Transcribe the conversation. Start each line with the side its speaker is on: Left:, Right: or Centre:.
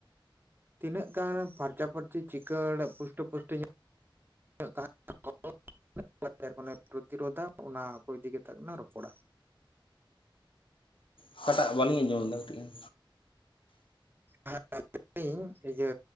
Right: ᱛᱤᱱᱟᱹᱜ ᱜᱟᱱ ᱯᱷᱟᱨᱪᱟ ᱯᱷᱟᱹᱨᱪᱤ ᱪᱤᱠᱟᱹᱲ ᱯᱩᱥᱴᱟᱹᱯᱩᱥᱴᱟᱹ ᱧᱚᱜ <unintelligible> <unintelligible> ᱯᱨᱚᱛᱤᱨᱳᱫᱷᱟ ᱚᱱᱟ ᱠᱚ ᱤᱫᱤ ᱠᱟᱛᱮ ᱠᱮᱞᱟᱝ ᱨᱚᱯᱚᱲᱟ
Left: ᱚᱠᱟᱴᱟᱜ ᱵᱟᱹᱞᱤᱧ ᱟᱸᱡᱚᱢ ᱞᱮᱫᱟ ᱠᱟᱹᱴᱤᱡ ᱜᱟᱱ
Right: <unintelligible> ᱤᱧ ᱤᱭᱟᱹ